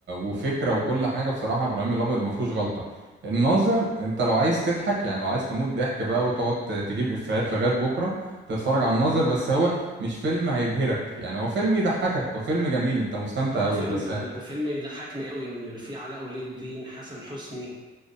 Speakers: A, on the right (about 65°); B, on the right (about 20°).
A: وفكرة وكل حاجة بصراحة إبراهيم الأبيض ما فيهوش غلطة الناظر أنت لو عايز تضحك يعني لو عايز تموت ضحك بقى وتقعد ت- تجيب إفيهات لغاية بكرة تتفرج على الناظر بس هو مش فيلم هيبهرك يعني هو فيلم يضحكك هو فيلم جميل أنت مستمتع
B: اه
A: أوي
B: فيلم
A: بس
B: آه،
A: اه
B: فيلم يضحكني أوي إن في علاء ولي الدين حسن حسني